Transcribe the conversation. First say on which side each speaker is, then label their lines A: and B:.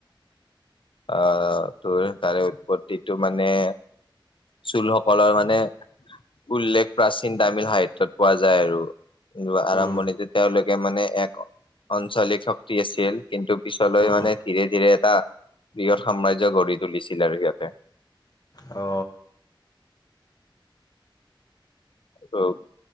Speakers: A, on the left; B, on the left.
A: অ তোৰ তাৰে উৎপত্তিটো মানে চুলসকলৰ মানে উল্লেখ প্ৰাচীন তামিল সাহিত্যত পোৱা যায় আৰু। আৰম্ভণিতে
B: উম,
A: তেওঁলোকে মানে এক আঞ্চলিক শক্তি আছিল কিন্তু পিছলৈ
B: উম,
A: মানে ধীৰে ধীৰে এটা বৃহৎ সাম্ৰাজ্য গঢ়ি তুলিছিল আৰু সিহঁতে।
B: অ।
A: আৰু